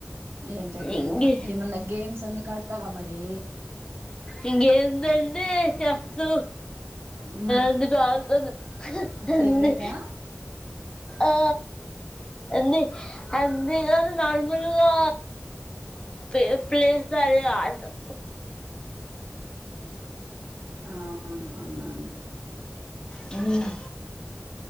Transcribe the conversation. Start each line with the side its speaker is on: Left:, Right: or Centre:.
Right: ఏంతక్క
Left: ఇంకే
Right: ఇంకా ఏమన్నా గేమ్స్ అందు కడతావా మరి
Left: ఇంకేందండి కేఫ్ట్
Right: హ్మ్.
Left: ఇందాక ఆడుకున్నాము
Right: ఫేవరెటా?
Left: ఆ ఎ అన్ని నార్మల్గా ప పలే పారల అధీనం
Right: అవున అవునవును
Left: హ్మ్మ్